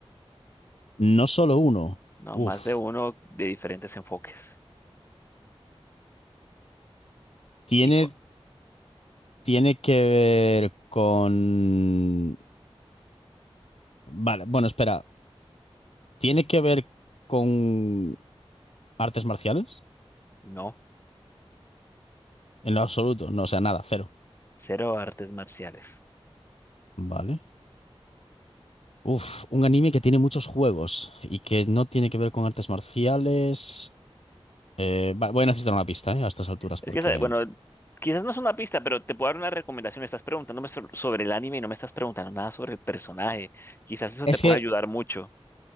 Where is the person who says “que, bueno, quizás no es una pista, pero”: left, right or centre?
Left